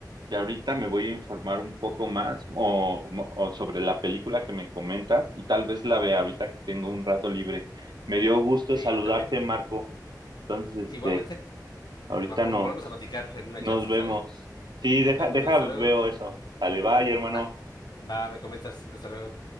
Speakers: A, on the right (about 75°); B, on the left (about 70°).
A: que ahorita me voy a informar un poco más o, o sobre la película que me comentas y tal vez la vea ahorita que tengo un rato libre. Me dio gusto
B: Sí,
A: saludarte,
B: yo también.
A: Marco. Entonces,
B: Igualmente.
A: este, ahorita
B: Pues vamos,
A: nos,
B: volvemos a platicar en una
A: nos
B: chance,
A: vemos.
B: ¿sale?
A: Sí, deja,
B: De acuerdo,
A: deja,
B: hasta
A: veo
B: luego.
A: eso. Dale, bye, hermano.
B: Va. Va, me comentas, hasta luego.